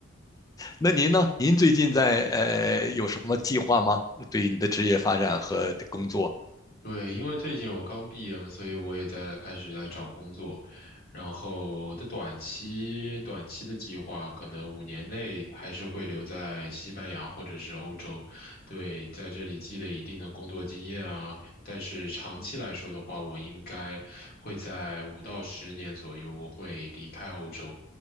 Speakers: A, on the left; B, on the left.
A: 那您呢？您最近在呃有什么计划吗？对于你的职业发展和工作？
B: 对，因为最近我刚毕业嘛，所以我也在开始在找工作。然后我的短期短期的计划，可能五年内还是会留在西班牙或者是欧洲，对，在这里积累一定的工作经验啊。但是长期来说的话，我应该会在五到十年左右，我会离开欧洲。